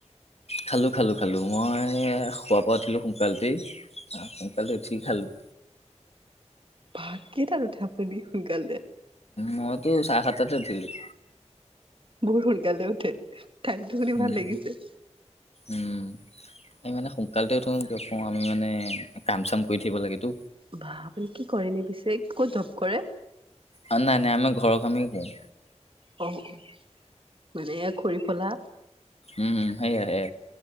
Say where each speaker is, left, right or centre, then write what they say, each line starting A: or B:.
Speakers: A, on the left; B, on the right.
A: খালো-খালো-খালো, মই সুৱাৰ পৰা উঠিলো সোনকালতেই-সোনকালতে উঠি খালো।
B: বাহ, কেইটাত উঠে আপুনি সোনকালে?
A: মইতো চাৰে সাতটাতে উঠিলো।
B: বৰ সোনকালে উঠে। টাইমটো শুনি
A: উম
B: ভাল লাগিছে।
A: উম আমি মানে সোনকালতে উঠো আমি মানে কাম চাম কৰি থাকিব লাগেতো।
B: বা, আপুনি কি কৰে এনে পিছে? ক'ত জব কৰে?
A: অ নাই নাই আমাৰ ঘৰৰ কামেই কৰোঁ।
B: অ', মানে এয়া খৰি ফলা।
A: উম, সেইয়ায়ে